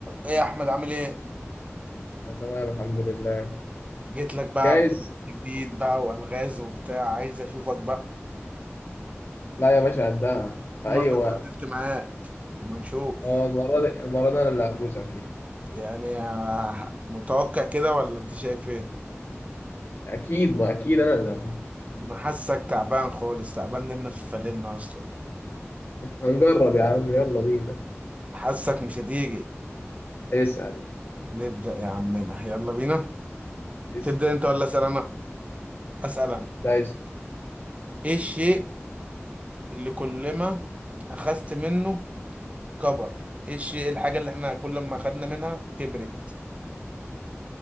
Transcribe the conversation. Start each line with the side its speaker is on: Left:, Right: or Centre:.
Right: ايه يا احمد عامل ايه
Left: أنا تمام الحمد لله
Right: جيت لك بقى
Left: جايز
Right: جديد بقى والغاز وبتاع عايز اشوفك بقى
Left: لا يا باشا قدها في
Right: المره
Left: أي
Right: اللي
Left: وقت
Right: اتعاملت معاك ما نشوف
Left: أه المرة دي المرة دي أنا اللي هفوز أكيد
Right: يعني آه، متوقع كده ولا انت شايف ايه
Left: أكيد ما أكيد أنا اللي هفوز
Right: أنا حاسك تعبان خالص تعبان لنا في فلنا اصلا
Left: هنجرب يا عم يلا بينا
Right: حاسك مش هتيجي
Left: اسأل
Right: نبدا يا عمنا يلا بينا
Left: اسأل
Right: تبدا انت ولا اسال انا اسال انا
Left: لا اسأل
Right: ايه الشيء اللي كل ما اخذت منه كبر ايه الشيء الحاجه اللي احنا كل ما اخذنا منها كبرت